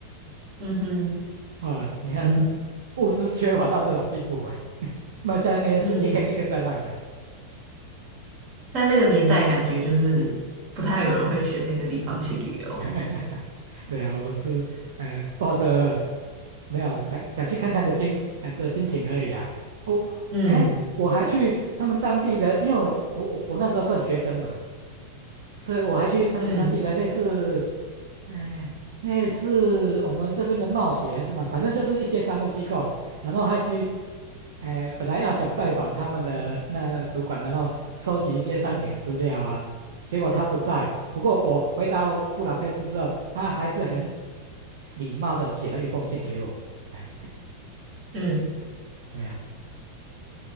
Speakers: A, on the right; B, on the right.
A: 嗯哼，
B: 啊，你看
A: 嗯
B: 物资缺乏到这种地步哎、卖香烟是一根一根在卖的。
A: 嗯，在那个年代，感觉就是不太有人会选那个地方去旅游。
B: <laughs> 对啊，我是呃抱着没有想想去看看的精神呃的心情而已啦。我、
A: 嗯
B: 哎，诶我还去他们当地的，因为我我我我那时候算学生嘛，所以我还去他们当地的类似，
A: 嗯
B: 嗯、类似我们这边的贸协还是什么，反正就是一些商务机构，然后还去，哎、本来要想拜访他们的那个主管，然后收集一些商情资料啊，结果他不在。不过我回到布达佩斯之后，他还是很礼貌的写了一封信给我。哎，
A: 嗯，
B: 对呀、